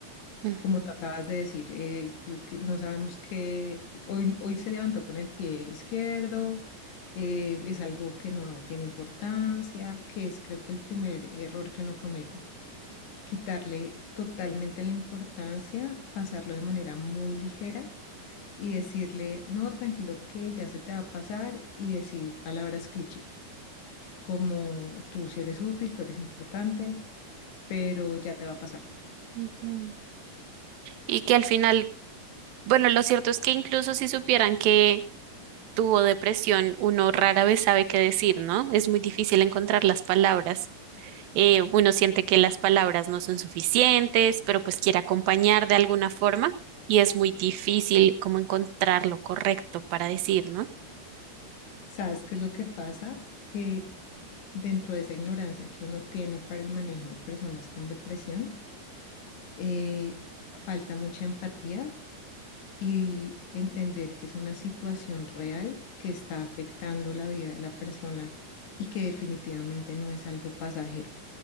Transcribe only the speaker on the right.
Ujú,
ujú. Y que al final, bueno, lo cierto es que incluso si supieran que tuvo depresión, uno rara vez sabe qué decir, ¿no? Es muy difícil encontrar las palabras. Eh, uno siente que las palabras no son suficientes, pero pues quiere acompañar de alguna forma y es muy difícil como encontrar lo correcto para decir, ¿no?